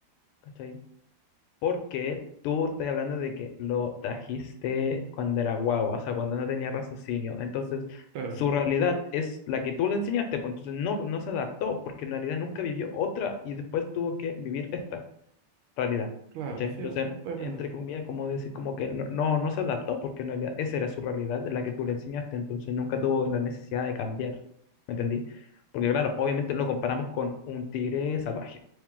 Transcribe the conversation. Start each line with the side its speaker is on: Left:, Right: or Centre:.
Left: ¿cachai? Porque tú estás hablando de que lo trajiste cuando era guagua, o sea, cuando no tenía raciocinio. Entonces,
Right: claro,
Left: su realidad es la que tú le enseñaste, pues entonces no, no se adaptó, porque en realidad nunca vivió otra y después tuvo que vivir esta. realidad,
Right: claro,
Left: ¿cachai?
Right: sí,
Left: Entonces,
Right: pues es
Left: entre
Right: verdad.
Left: comillas, como decir, como que no, no, no se adaptó, porque en realidad esa era su realidad, la que tú le enseñaste, entonces nunca tuvo la necesidad de cambiar, ¿me entendí? Porque claro, obviamente lo comparamos con un tigre salvaje,